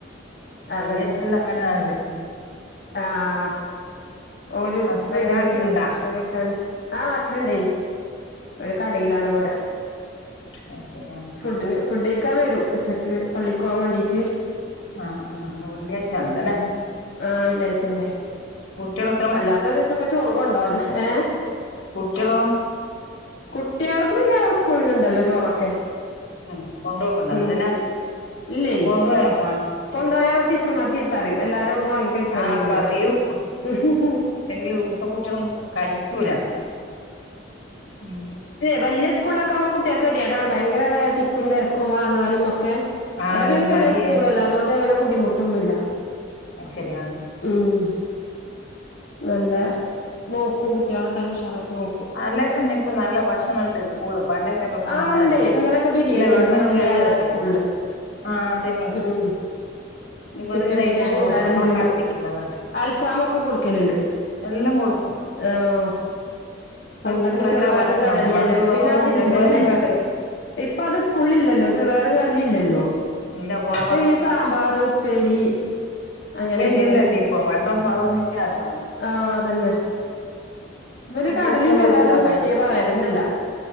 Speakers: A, on the left; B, on the left.
A: അതന്നെ
B: വെള്ളിയാച്ചെല്ലാം അങ്ങനാ നല്ലേ
A: ആഹ് ഓല് ഫു
B: ഹസ്ബൻഡ്
A: വെരും
B: നാട്ടിലുണ്ടാ
A: ചെയ്യും ഭക്ഷണം കഴിക്കാന് ആഹ് നാട്ടില്ണ്ടേ ഒരു കടേലാണ് ഇവടെ
B: അയ് ശരി ആഹ്
A: ഫുഡ്ന് ഫുഡഴിക്കാൻ വരും ഉച്ചക്ക് പള്ളിക്കോവാ വാണ്ടീട്ട്
B: ആഹ് ആഹ് ഇന്ന് വെള്ളിയാഴ്ച
A: ഉം
B: ഉണ്ടല്ലേ
A: ആഹ് വെള്ളിയാഴ്ചയല്ലേ
B: കുട്ടിയളൊ
A: അല്ലാത്ത ദിവസൊക്കെ ചോറ് കൊണ്ടോവെലാ ഏഹ്
B: കുട്ടികളോ
A: കുട്ട്യാൾക്ക് പിന്നെ സ്കൂള്ല് ഇണ്ടല്ലോ ചോറൊക്കെ
B: ഉം കൊണ്ടോക്ക്ണ്ടാവില്ലല്ലെ
A: ഉം ഇല്ലേ
B: <unintelligible> കൊണ്ടോവേം മാണം കുട്ടിയക്ക്
A: കൊണ്ടോയാ ടീച്ചർമാര് ചീത്തറിം എല്ലാരും അവട്ന്ന് വാങ്ങി കഴിച്ചാ
B: ആഹ്
A: മതി
B: പറിയും
A: പറയും
B: പക്ഷേങ്കിലു ഇവ്ടുത്തെ കുട്ടിയളൊന്നും കഴിക്കൂല ഉം
A: വല്ല്യ സ്കൂള്ലൊക്കാവുമ്പൊ കുട്ട്യാക്കെതിയേടാണ് ഭയങ്കരെ തിക്കും തെരക്കും വാങ്ങാനും ഒ ക്കെ
B: ആഹ്
A: ഇവടെ
B: എല്ലാം
A: പിന്നെ ചെറ്യെ
B: മടിയാ
A: സ്കൂളല്ലെ അതോണ്ട് അങ്ങനെ ബുദ്ധിമുട്ടൊന്നുല്ല
B: അയ് ശരി ആഹ്
A: ഉം നല്ല നോക്കും കുട്ട്യാളെക്കെ നല്ലെ ഉഷാറായിട്ട് നോ
B: അല്ലേത്തന്നെ ഇപ്പ നല്ല ഭക്ഷണ ഇണ്ട് സ്കൂള് പണ്ടേത്തേന്റൊട്ടുന്നല്ലാല്ലോ
A: ആ ഇണ്ടേ ഇന്നലൊക്കെ ബിരിയാണിയേനു
B: ഇല്ല ഗവൺമെന്റ്ല്
A: ഇപ്പൊ വല്യ
B: എല്ലാണ്ട്
A: ആളെ സ്കൂളില്
B: ആഹ് തന്നെ
A: ഉം
B: <unintelligible> വെറ്തായാ
A: ചിക്കൻ ബിരിയാണി
B: കൊണ്ടോവ്ന്നേ
A: ഇണ്ടാവലുണ്ട്
B: അമ്മളെ കളിപ്പിക്ക്യിന്നതാ
A: അൽഫാം ഒക്കെ കൊടുക്കലുണ്ട്
B: എല്ലാ കൊടുക്കും
A: ആഹ്
B: ഇപ്പ
A: പണ്ടൊക്കെ
B: സ്കൂള
A: ചെറുവയറും
B: എല്ലാ ഭക്ഷണണ്ട്
A: കടലിയല്ലേ
B: പണ്ട്
A: ഇപ്പം
B: വെറും
A: പിന്നെ അതില്ലന്നെ
B: ചെറുപയറും കടല
A: ഇപ്പ അത് സ്കൂള് ഇല്ലല്ലോ ചെറുവയറും കടലിം ഇല്ലല്ലോ
B: ഇല്ല കൊറവാ
A: ഇപ്പൊ ഈ സാമ്പാറ് ഉപ്പേരി അങ്ങനെയൊക്കെ
B: പേരിയല്ല ഉണ്ട് ഇപ്പൊ വണ്ടൊന്നും അതോന്നില്ലാലോ
A: ആ അതന്നെ ഇവര്
B: ഇപ്പം
A: കടലും
B: കുട്ടികൾ
A: ചെറുപയറൊന്നും
B: വെറും ഇതാ
A: കിട്ടിയ പറയലന്നല്ല